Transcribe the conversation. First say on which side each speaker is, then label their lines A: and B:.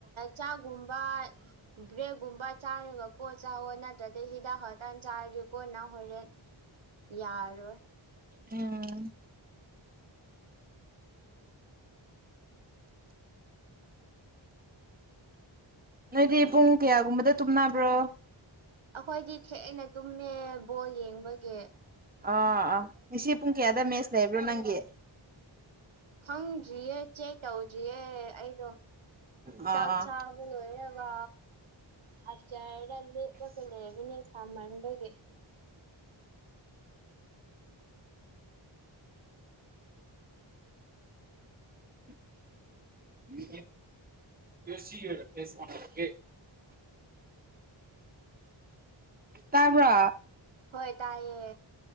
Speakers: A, on the right; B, on the right.
A: ꯆꯥꯒꯨꯝꯕ ꯕ꯭ꯔꯦꯛꯒꯨꯝꯕ ꯆꯥꯔꯒ ꯀꯣ ꯆꯥꯋꯣ ꯅꯠꯇ꯭ꯔ ꯍꯤꯗꯥꯛ ꯈꯇ ꯆꯥꯔꯤ ꯀꯣꯅ ꯍꯣꯔꯦꯟ ꯌꯥꯔꯣꯏ
B: ꯑꯝ ꯅꯣꯏꯗꯤ ꯄꯨꯡ ꯀꯌꯥꯒꯨꯝꯕꯗ ꯇꯨꯝꯅꯕ꯭ꯔꯣ
A: ꯑꯩꯈꯣꯏꯗꯤ ꯊꯦꯡꯅ ꯇꯨꯝꯃꯦ ꯕꯣꯜ ꯌꯦꯡꯕꯒꯤ
B: ꯑ ꯑꯥ ꯉꯁꯤ ꯄꯨꯡ ꯀꯌꯥꯗ ꯃꯦꯁ ꯂꯩꯕ꯭ꯔꯣ ꯅꯪꯒꯤ
A: ꯈꯪꯗ꯭ꯔꯤꯌꯦ ꯆꯦꯛ ꯇꯧꯗ꯭ꯔꯤꯌꯦ ꯑꯩꯗꯣ
B: ꯑꯥ
A: ꯆꯥꯛ
B: ꯑꯥ
A: ꯆꯥꯕ ꯂꯣꯏꯔꯕ ꯑꯆꯔ ꯂꯩ ꯑꯣꯏꯒ ꯂꯩꯦꯕꯅꯦ ꯁꯃꯟꯒꯤ <unintelligible>
B: <inaudible> ꯌꯣꯁꯤ ꯐꯦꯁ ꯋꯥꯟꯦ ꯇꯥꯕ
A: ꯍꯣꯏ ꯇꯥꯏꯌꯦ